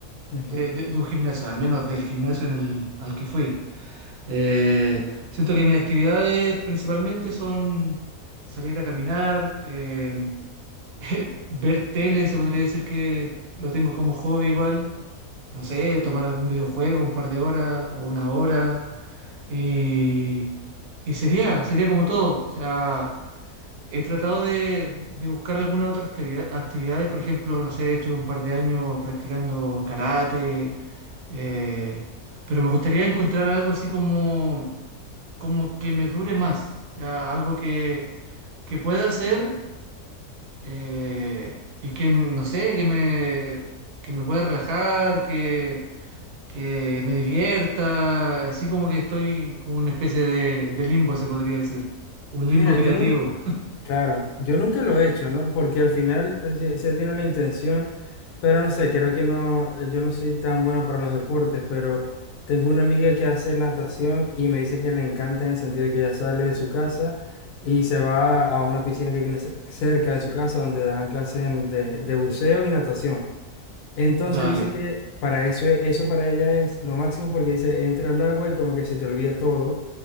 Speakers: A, on the left (about 85°); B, on the right (about 85°).
A: Ujú.
B: de, de- de un gimnasio, al menos del gimnasio en el, al que fui. Eh, siento que mis actividades principalmente son salir a caminar, eh, <laughs> ver tele, se podría decir que lo tengo como hobby igual. No sé, tomar algún videojuego un par de horas o una hora. Y, y sería, sería como todo. O sea, he tratado de, de buscar alguna otra actividad, actividades. Por ejemplo, no sé, estuve un par de años practicando karate. eh, pero me gustaría encontrar algo así como como que me dure más, o sea, algo que, que pueda hacer eh, y que, no sé, que me, que me pueda relajar, que, que me divierta, así como que estoy como una especie de, de limbo, se podría decir, un limbo
A: Mira,
B: creativo.
A: yo nunca, claro, yo nunca lo he hecho, ¿no? Porque al final eh, sí, sí tiene la intención, pero no sé, creo que no, eh, yo no soy tan bueno para los deportes, pero tengo una amiga que hace natación y me dice que le encanta en el sentido de que ella sale de su casa y se va a una piscina que tiene cer- cerca de su casa donde dan clases en- de, de buceo y natación. Entonces
B: <laughs> Dale.
A: dice que para eso, e- eso para ella es lo máximo porque dice, entra al agua y como que se te olvida todo.